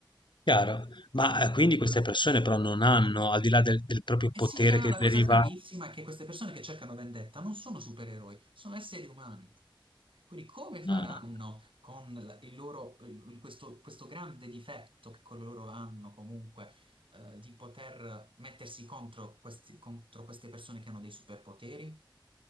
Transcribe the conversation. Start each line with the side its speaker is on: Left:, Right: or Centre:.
Left: chiaro. Ma eh, quindi queste persone però non hanno, al di là del, del proprio
Right: E
Left: potere
Right: sì, Anna,
Left: che
Right: la
Left: deriva...
Right: cosa fighissima è che queste persone che cercano vendetta non sono supereroi, sono esseri umani. Quindi come faranno
Left: Ah.
Right: con l- il loro, il- questo, questo grande difetto che con loro hanno comunque, eh, di poter mettersi contro, questi- contro queste persone che hanno dei superpoteri?